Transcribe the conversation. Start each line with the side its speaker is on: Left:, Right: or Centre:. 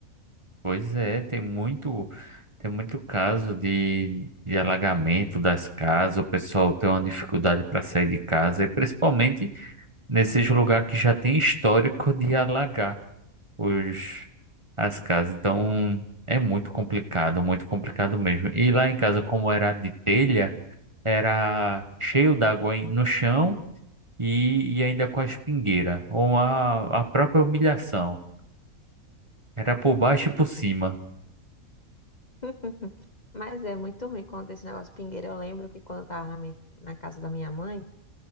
Right: pois é, tem muito, tem muito caso de, de alagamento das casas, o pessoal tem uma dificuldade para sair de casa, e principalmente nesses lugares que já tem histórico de alagar os, as casas. Então é muito complicado, muito complicado mesmo. E lá em casa, como era de telha. era cheio d'água em- no chão e, e ainda com a espingueira, ou a, a própria humilhação. Era por baixo e por cima.
Left: <laughs> Mas é muito ruim quando esse negócio pingueira. Eu lembro que quando eu tava na, minha- na casa da minha mãe,